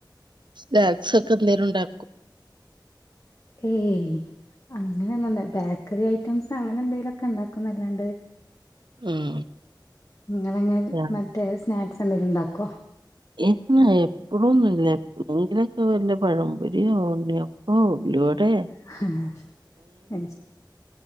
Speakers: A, on the right; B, on the left.
A: സ്നാക്സൊക്കെ എന്തേലും ഉണ്ടാ
B: ഏയ് അങ്ങനെന്നുണ്ടാ ബേക്കറി ഐറ്റംസ് അങ്ങനെ എന്തേലൊക്കെണ്ടാക്കുന്നല്ലാണ്ട്
A: ഉം
B: ഇങ്ങളെങ്ങനെ
A: ആഹ്.
B: മറ്റേ സ്നാക്സ് എന്തെങ്കിലും ഉണ്ടാക്കോ?
A: ഇല്ല എപ്പഴൊന്നുല്ല എപ്പളേങ്കിലൊക്കെ വല്ല പഴംപൊരിയോ ഉണ്ണിയ പ്പോ ഉള്ളി വടേ
B: <unintelligible> ആ